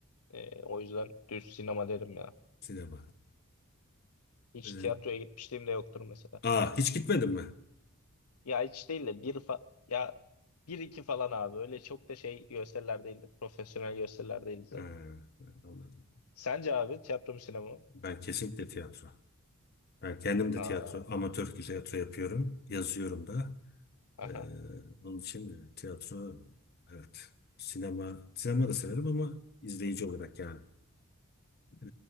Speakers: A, on the left; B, on the left.
A: E, o yüzden düz sinema derim ya.
B: Sinema.
A: Hiç
B: E,
A: tiyatroya gitmişliğim de yoktur mesela.
B: aa hiç gitmedin mi?
A: Ya hiç değil de bir fa- ya bir iki falan abi. Öyle çok da şey gösteriler değildi. Profesyonel gösteriler değildi zaten.
B: Ha, anladım.
A: Sence abi tiyatro mu sinema mı?
B: Ben kesinlikle tiyatro. Ben kendim de
A: Aa,
B: tiyatro, amatör tiyatro yapıyorum. Yazıyorum da.
A: aha.
B: Ee, onun için e, tiyatro evet. Sinema sinema da severim ama izleyici olarak yani. Ee,